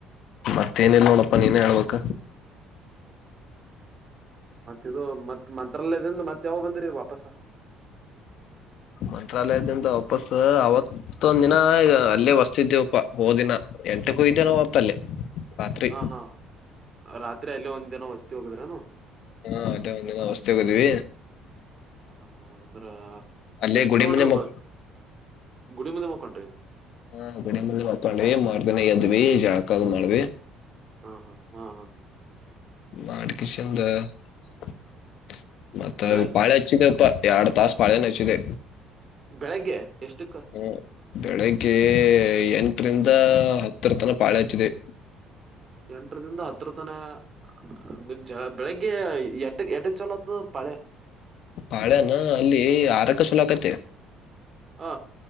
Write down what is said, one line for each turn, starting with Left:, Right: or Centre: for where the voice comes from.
Left: ಮತ್ತೇಏನಿಲ್ಲ ನೋಡಪ್ಪಾ ನೀನೇ ಹೇಳ್ಬೇಕ
Right: ಮತ್ತ ಇದು ಮತ್ ಮಂತ್ರಾಲಯದಿಂದ ಮತ್ತತ್ ಯಾವ ಬಂದ್ರೀ ಓಪಸ್
Left: ಮಂತ್ರಾಲಯದಂತ ವಪಸ್ ಆವ್ ಮತ್ತೊಂದ ದಿನ ಅಲ್ಲೇ ವಸ್ತಿದ್ದೇವಪ್ಪಾ ಹ ಓದಿನ ಎಂಟಕ್ಕೂಯ್ದನ ಹ್ತಲ್ಲಿ ರಾತ್ರಿ
Right: ಹಾ ಹಾ ರಾತ್ರಿ ಅಲ್ಲೇ ಒಂದು ದಿನ ವಸ್ತಿ ಹೋಗದ್ರನು
Left: ಹಾ ಅದೇ ಮಂದ ಹೊಸ್ತಿ ಹದಿವವಿ
Right: ಹಾ ಹಾ ಅಂದ್ರ
Left: ಅಲ್ಲೇ
Right: ಎಷ್ಟ್
Left: ಗುಡಿ
Right: ತಗೊಂಡ್ರಿ
Left: ಮುಂದೆ ಮಕ್
Right: ಗುಡಿ ಮುಂದೆ ಮುಕೊಂಡ್ರಿ
Left: ಹಾ ಗಡಿ ಮಂದಿ ಮಕೊಂಡ್ವಿ ಮಾಡ್ದನ ಎದ್ವಿ ಜಾಳಕದ ಮಾಡ್ವಿ
Right: ಹ ಹಾ ಹಾ ಹಾ
Left: ಮಾಡಡ್ಕಿಶಂದ-----ಮತ್ತ
Right: ಬೆಳೆ
Left: ಪಾಳ ಹಚ್ಚಿದೆ ಅಪ್ಪ ಎರಡು ತಾಸ ಪಾಳೆಚ್ಚಿದೆ
Right: ಬೆಳಿಗ್ಗೆ ಎಷ್ಟಕ್ಕ.
Left: ಹ ಬೆಳಿಗ್ಗೆ ಎಂಟರಿಂದ ಹತ್ತರ ತನ ಪಾಳೆ ಹಚ್ಚಿದೆ.
Right: ಎಂಟ್ರ ದಿಂದ ಹತ್ರ ತನ <unintelligible> ಬೆಳಿಗ್ಗೆ ಎ <unintelligible> ಎಟೆಕ್ ಚಲೋ <unintelligible> ಪಾಳೆ
Left: ಪಾಳ್ಯಾನ ಅಲ್ಲಿ ಆರಕ ಸುಲಕತೆ
Right: ಹ